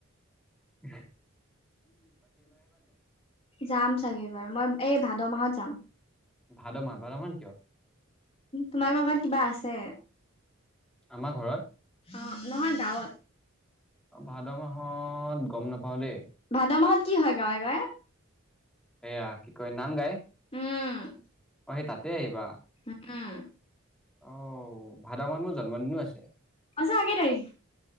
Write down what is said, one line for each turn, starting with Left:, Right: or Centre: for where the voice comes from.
Centre: এ
Left: যাম চাগে বাৰু মই এই ভাদ মাহত যাম
Centre: ভাদ মাহত ভাদ মাহত কিয়
Left: তোমালোকৰ ঘৰত কিবা আছে
Centre: আমাৰ ঘৰত
Left: অ নহয় গাঁৱত
Centre: অ ভাদ মাহত গম নাপাও দেই
Left: ভাদ মাহত কি হয় গাঁৱে গাঁৱে
Centre: এয়া কি কয় নাম গাই
Left: উম
Centre: অ সি তাতে আহিবা
Left: হম
Centre: অও ভাদ মাহ মোৰ জন্মদিনো আছে
Left: আছে আগে তাৰিখ